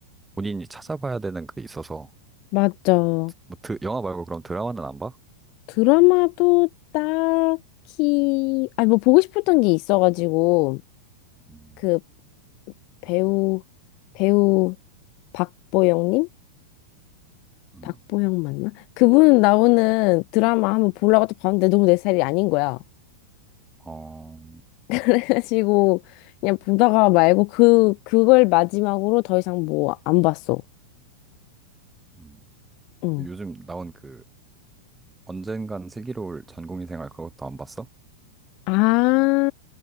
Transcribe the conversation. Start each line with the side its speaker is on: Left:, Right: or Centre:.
Centre: 본인이 찾아봐야 되는 게 있어서.
Left: 맞죠.
Centre: 뭐, 드, 영화 말고 그럼 드라마는 안 봐?
Left: 드라마도 딱히, 아니 뭐 보고 싶었던 게 있어가지고,
Centre: 음,
Left: 그 배우, 배우 박보영님?
Centre: 음.
Left: 박보영 맞나? 그분 나오는 드라마 한번 보려고 또 봤는데 너무 내 스타일이 아닌 거야.
Centre: 어,
Left: 그래가지고 그냥 보다가 말고 그 그걸 마지막으로 더 이상 뭐 안 봤어.
Centre: 음.
Left: 응.
Centre: 요즘 나온 그 언젠간 슬기로울 전공의 생활 그것도 안 봤어?
Left: 아,